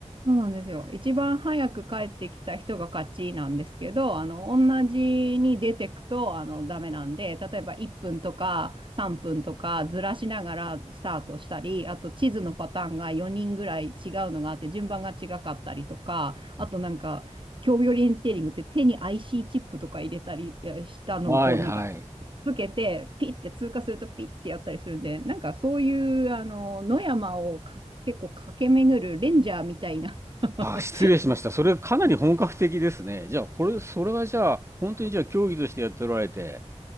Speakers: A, on the right; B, on the right.
A: そうなんですよ。一番早く帰ってきた人が勝ちなんですけど、あの、同じに出てくと、あの、ダメなんで、例えば1分とか3分とかずらしながらスタートしたり、あと地図のパターンが4人ぐらい違うのがあって、順番が違かったりとか、あとなんか、競技オリエンテーリングって手に IC チップとか入れたりいやしたのをこうなんか
B: はいはい。
A: つけて、ピッて通過するとピッてやったりするんで、なんかそういう、あの、野山をか結構駆け巡るレンジャーみたいな <laughs>
B: あ、失礼しました。それかなり本格的ですね。じゃあ、これ、それはじゃあ、本当にじゃあ競技としてやっておられて、